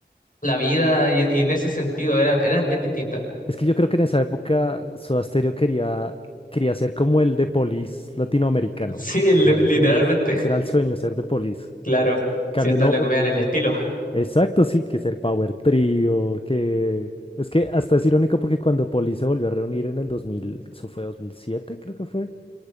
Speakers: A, on the left; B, on the left.
A: la vida, y, y en ese sentido eran, eran bien distintas. <laughs>
B: Es que yo creo que en esa época Soda Stereo quería, quería ser como el de Police latinoamericano.
A: Sí, li-
B: O sea,
A: literalmente,
B: ese, es- ese era el sueño, ser de Police.
A: <laughs> claro,
B: En cambio,
A: si hasta
B: no.
A: le copiaban el estilo.
B: Exacto, sí, que ser Power Trio, que. Es que hasta es irónico porque cuando Police se volvió a reunir en el 2000, eso fue 2007, creo que fue.